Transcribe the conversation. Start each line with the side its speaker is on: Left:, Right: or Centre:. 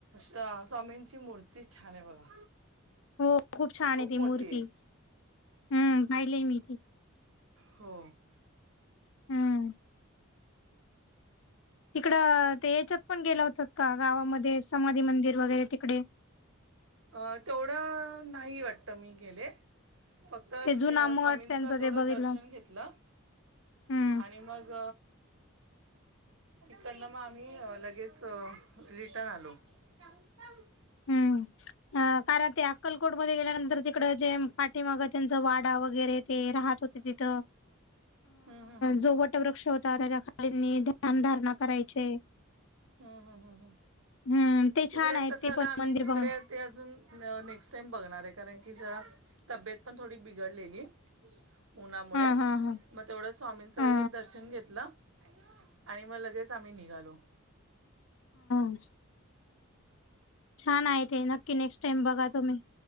Right: स्वामींची मूर्ती छान आहे बघा.
Left: हो खूप छान आहे ती
Right: मोठी
Left: मूर्ती
Right: आहे
Left: हम्म पाहिले मी ती.
Right: हो!
Left: हम्म. तिकडं ते याच्यात पण गेलं होतात का गावामध्ये समाधी मंदिर वगैरे तिकडे?
Right: अ तेवढं नाही वाटत मी गेले. फक्त
Left: ते
Right: श्री
Left: जुना मठ
Right: स्वामींचं
Left: त्यांचं
Right: तेथोढं
Left: ते बघितलं.
Right: दर्शन घेतलं
Left: हम्म.
Right: आणि मग तिकडनं मग आम्ही लगेच रिटर्न आलो. <unintelligible>
Left: हम्म कारण ते अक्कलकोट मध्ये गेल्यानंतर तिकड जे पाठीमाग त्यांच वाट डा वगैरे ते राहत होते तिथ,
Right: हम्म हम्म हम्म.
Left: जो वट वृक्ष होता त्याच्या खालीनी ध्यान धारणा करायचे.
Right: हम्म हम् हम्म हम्
Left: हम्म ते
Right: तिकडे
Left: छान आहे
Right: कसं
Left: ते
Right: झालं
Left: पण
Right: आम्ही
Left: मंदिर
Right: तिकडे
Left: बघ
Right: ते अजून नेक्स्ट टाईम बघणार आहे कारण की जरा तब्येत पण थोडी बिघडलेली उन्हामुळे.
Left: हा हा हा.
Right: मग तेवढं स्वामींचं
Left: हा
Right: वगैरे दर्शन घेतलं आणि मग लगेच आम्ही निघालो.
Left: <inaudible> छान आहे ते नक्की नेक्स्ट टाइम बघा तुम्ही